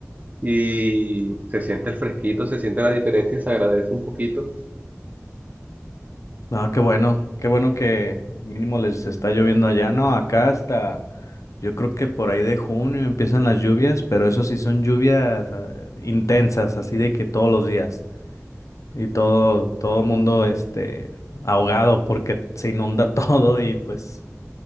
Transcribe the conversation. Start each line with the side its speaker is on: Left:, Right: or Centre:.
Right: y se siente el fresquito, se siente la diferencia, se agradece un poquito,
Left: No, qué bueno. Qué bueno que mínimo les está lloviendo allá. No, acá hasta yo creo que por ahí de junio empiezan las lluvias, pero eso sí son lluvias eh, intensas, así de que todos los días. y todo, todo mundo este ahogado porque se inunda <laughs> todo y pues